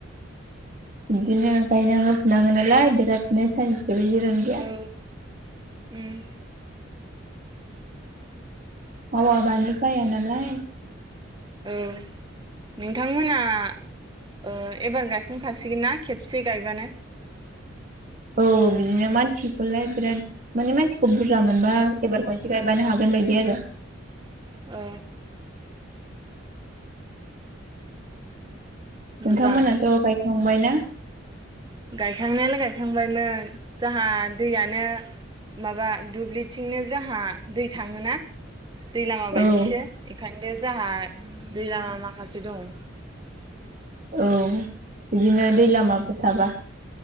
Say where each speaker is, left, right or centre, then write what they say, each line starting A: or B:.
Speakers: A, on the right; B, on the right.
A: बिदिनो गायनाङो फुनाङो नालाय बिरादनो जिरन गैया
B: औ उम
A: मावाबानो जायानालाय
B: औ नोंथांमोना ओ एबार गायखांखासिगोनना खेबसे गायबानो
A: औ बिदिनो मानसिखौलाय बिराद माने मानसिखौ बुरजा मोनबा एबार खनसे गायबानो हागोन बायदि आरो
B: ओ
A: नोंथांमोनाथ'
B: मोजां
A: गायखांबायना
B: गायखांनायालाय गायखांबायमोन जाहा दैयानो माबा दुब्लिथिंनो जोंहा दै थाङोना दै लामा बायदिसो
A: औ
B: बेखायनो जोंहा दै लामा माखासे दं
A: औ बिदिनो दै लामाफोर थाबा